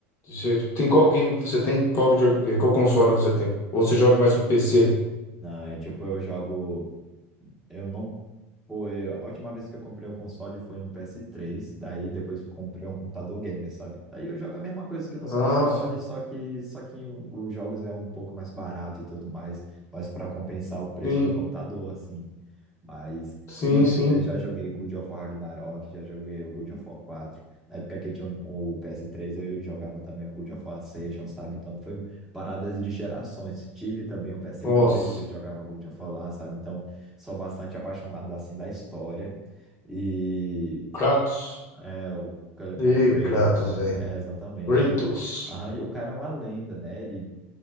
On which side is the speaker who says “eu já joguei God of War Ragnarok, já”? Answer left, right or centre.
Centre